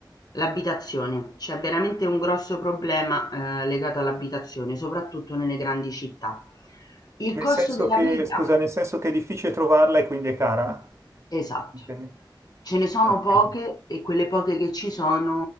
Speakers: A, on the left; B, on the right.
A: l'abitazione. C'è veramente un grosso problema, ehm, legato all'abitazione, soprattutto nelle grandi città. Il
B: Nel
A: costo
B: senso
A: della
B: che,
A: vita,
B: scusa, nel senso che è difficile trovarla e quindi è cara?
A: esatto.
B: Intendi?
A: Ce ne sono
B: Ho capito.
A: poche e quelle poche che ci sono,